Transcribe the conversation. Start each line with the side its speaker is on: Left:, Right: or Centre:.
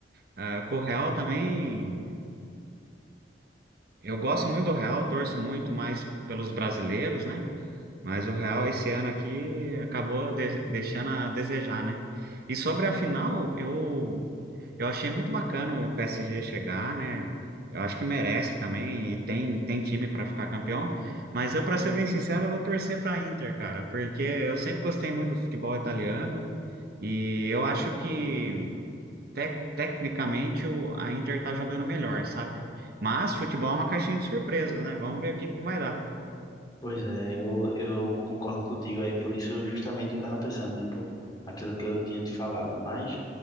Right: Ah, com o Real também. Eu gosto muito do Real, torço muito mais pelos brasileiros, né? Mas o Real esse ano aqui acabou de- deixando a desejar, né? E sobre a final, eu Eu achei muito bacana o PSG chegar, né? Eu acho que merece também e tem, tem time para ficar campeão. Mas eu, para ser bem sincero, eu vou torcer para Inter, cara, porque eu sempre gostei muito do futebol italiano e eu acho que tec- tecnicamente o- a Inter tá jogando melhor, sabe? Mas futebol é uma caixinha de surpresas, né? Vamos ver o que que vai dar.
Left: Pois é, eu, eu concordo contigo aí, por isso justamente eu tava pensando, tipo, aquilo que eu tinha te falado, mas